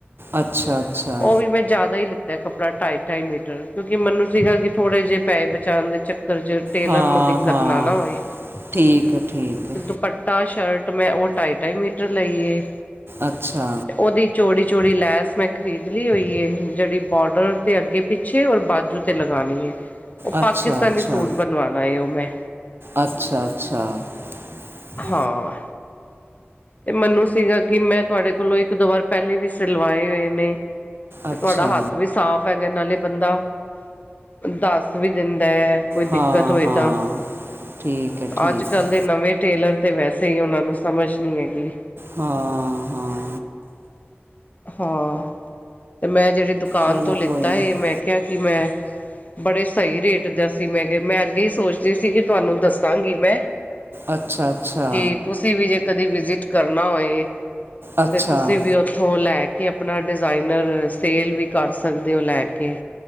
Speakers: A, on the right (about 60°); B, on the left (about 35°).
A: ਅੱਛਾ ਅੱਛਾ
B: ਉਹ ਵੀ ਮੈਂ ਜ਼ਿਆਦਾ ਹੀ ਲਿੱਤਾ। ਅਤੇ ਕੱਪੜਾ ਢਾਈ-ਢਾਈ ਮੀਟਰ ਕਿਉਂਕਿ, ਮੈਨੂੰ ਸੀਗਾ ਕਿ ਥੋੜ੍ਹੇ ਜਿਹੇ ਪੈ ਬਚਾਣ ਦੇ ਚੱਕਰ 'ਚ ਟੇਲਰ
A: ਹਾਂ
B: ਨੂੰ ਦਿੱਕਤ
A: ਹਾਂ
B: ਨਾ ਨਾ ਹੋਈ,
A: ਠੀਕ ਹੈ ਠੀਕ ਹੈ
B: ਤੇ ਦੁਪਟ ਟਾ ਸ਼ਰਟ ਮੈਂ ਉਹ ਢਾਈ-ਢਾਈ ਮੀਟਰ ਮੀਟਰ ਲੇਈ ਆ।
A: ਅੱਛਾ,
B: ਉਹਦੀ ਚੌੜੀ-ਚੌੜੀ ਲੈਸ ਮੈਂ ਖਰੀਦ ਲਈ ਹੋਈ ਹੈ ਜਿਹੜੀ ਬੋਡਰ 'ਤੇ ਅੱਗੇ। ਪਿੱਛੇ ਔਰ ਬਾਜੂ ਤੇ ਲਗਾਉਣੀ ਹੈ ਉਹ
A: ਅੱਛਾ
B: ਪਾਕਿਸਤਾਨੀ
A: ਅੱਛਾ
B: ਸੂਟ ਬਣਵਾਉਣਾ ਹੈ ਉਹ ਮੈਂ।
A: ਅੱਛਾ, ਅੱਛਾ ਹ
B: ਹਾਂ ਤੇ ਮੈਨੂੰ ਸੀਗਾ ਕਿ ਮੈਂ ਤੁਹਾਡੇ ਕੋਲੋਂ ਇੱਕ ਦੋ ਵਾਰ ਪਹਿਲੇ ਵੀ ਸਿਲਵਾਏ ਹੋਏ ਨੇ। ਤੇ
A: ਅੱਛਾ
B: ਤੁਹਾਡਾ ਹੱਥ ਵੀ ਸਾਫ਼ ਹੈਗਾ ਇਹ ਨਾਲ ਹੀ ਬੰਦਾ ਦੱਸ ਵੀ ਦਿੰਦਾ ਹੈ। ਕੋਈ ਦਿੱਕਤ
A: ਹਾਂ
B: ਹੋਏ
A: ਹਾਂ
B: ਤਾਂ
A: ਠੀਕ ਹੈ ਠੀਕ
B: ਅੱਜ, ਕੱਲ
A: ਹੈ
B: ਦੇ ਨਵੇਂ ਟੇਲਰ ਤੇ ਵੈਸੇ ਹੀ ਉਹਨਾਂ ਨੂੰ ਸਮਝ ਨਹੀਂ ਹੈਗੀ।
A: ਹਾਂ। ਹਾਂ
B: ਹਾਂ, ਤੇ ਮੈਂ ਜਿਹੜੀ ਦੁਕਾਨ
A: ਚਲੋ
B: ਤੋਂ ਲਿੱਤਾ
A: ਕੋਈ ਨਹੀਂ
B: ਹੈ ਮੈਂ ਕਿਹਾ ਕਿ ਮੈਂ ਬੜੇ ਸਹੀ ਰੇਟ ਦਾ ਸੀ, ਮੈਂ ਕਿਹਾ ਮੈਂ ਅੱਗੇ ਹੀ ਸੋਚਦੀ ਸੀਗੀ ਤੁਹਾਨੂੰ ਦੱਸਾਂਗੀ ਮੈਂ
A: ਅੱਛਾ-ਅੱਛਾ,
B: ਕਿ ਤੁਸੀਂ ਵੀ ਜੇ ਕਦੇ ਵਿਜਿਟ ਕਰਨਾ ਹੋਏ,
A: ਅੱਛਾ
B: ਤੇ ਤੁਸੀਂ ਵੀ ਉੱਥੋਂ ਲੈ ਕੇ ਕਿ ਆਪਣਾ ਡਿਜ਼ਾਇਨਰ ਸੇਲ ਵੀ ਕਰ ਸਕਦੇ ਹੋ ਲੈ ਕੇ,